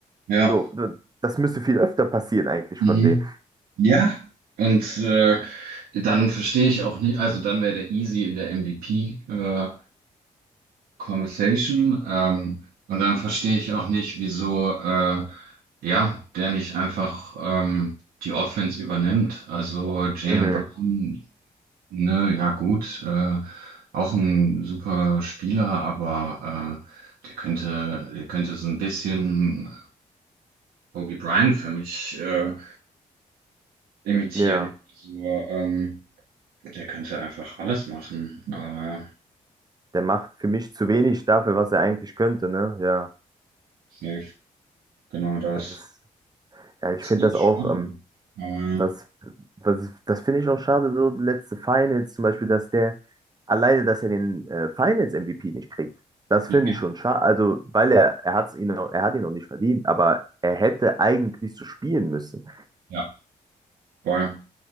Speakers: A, on the right; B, on the right.
A: Ja.
B: So, das müsste viel öfter passieren eigentlich
A: Mhm.
B: von dem.
A: Ja. Und äh, dann verstehe ich auch nicht, also dann wäre der Easy in der MVP äh, Conversation. Ähm, und dann verstehe ich auch nicht, wieso äh, ja, der nicht einfach ähm, die Offense übernimmt. Also Jaylen
B: Mhm.
A: Brown, ne, ja gut, äh, auch ein super Spieler, aber äh, der könnte, der könnte so ein bisschen Kobe Bryant für mich. Äh, imitieren.
B: Ja,
A: Also ähm, der könnte einfach alles machen, aber
B: der macht für mich zu wenig dafür, was er eigentlich könnte, ne? Ja,
A: safe, genau das.
B: das ist, ja, ich
A: Ist
B: finde
A: Echt
B: das
A: schade.
B: auch, ähm,
A: Aber
B: Was, was, das finde ich auch schade, so letzte Finals zum Beispiel, dass der alleine, dass er den äh, Finals-MVP nicht kriegt. Das
A: ja,
B: finde ich schon schade. Also, weil er, er hat's ihn, noch- er hat ihn noch nicht verdient, aber er hätte eigentlich so spielen müssen.
A: ja, voll.